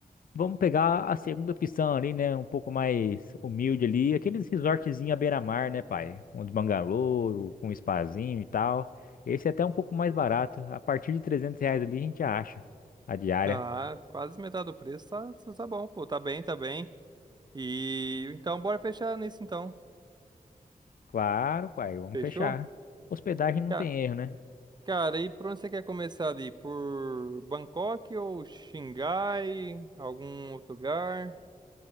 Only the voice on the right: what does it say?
Ah, quase metade do preço tá, tá bom, pô. Tá bem, tá bem. E então bora fechar nisso então.
Fechou?
Ca-
Cara, e por onde você quer começar ali? Por Bangkok ou Xangai? Algum outro lugar?